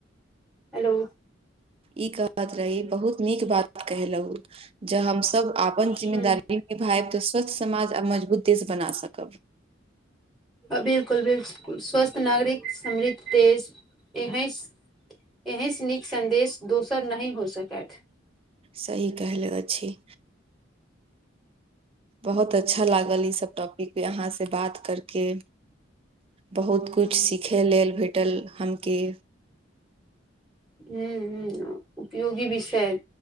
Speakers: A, in the centre; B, on the right.
A: हेलो
B: ई कहत रही बहुत नीक बात कहेलहु ज हम सब अपन जिम्मेदारी
A: ह
B: निभायब तऽ स्वच्छ समाज आ मजबूत देश बना सकब
A: बिल्कुल बिल्कुल स्वस्थ नागरिक समृद्ध देश एहिस ऐहिस नीक संदेश दोसर नहि हो सकैत
B: सही कहलो अछि बहुत अच्छा लागल ई सब टॉपिक पे अहाँ से बात करके बहुत किछ सिखय लेल भेटल हमके
A: हूं हूं उपयोगी विषय